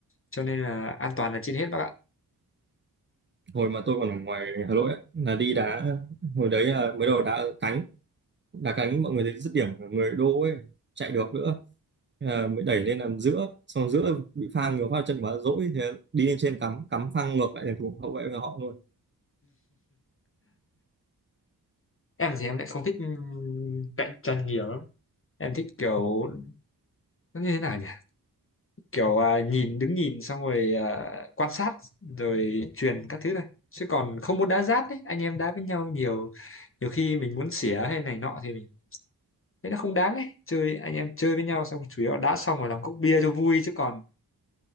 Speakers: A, on the left (about 35°); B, on the right (about 30°).
A: cho nên là an toàn là trên hết bác ạ
B: hồi mà tôi còn ở ngoài Hà Nội á, là đi đá hồi đấy là mới đầu đá ở cánh đá cánh mọi người thấy dứt điểm của người đô ấy chạy được nữa Thế là mới đẩy lên làm giữa xong rồi giữa bị phang nhiều phát chân quá dỗi thì đi lên trên cắm cắm phang ngược lại thành thủ hậu vệ của họ luôn
A: em thì em lại không thích cạnh tranh nhiều lắm em thích kiểu nó như thế nào nhỉ kiểu à, nhìn đứng nhìn xong rồi à, quan sát rồi truyền các thứ này chứ còn không muốn đá giáp ấy anh em đá với nhau nhiều nhiều khi mình muốn xỉa hay này nọ thì mình thấy nó không đáng ấy chơi anh em chơi với nhau xong chủ yếu là đá xong rồi làm cốc bia cho vui chứ còn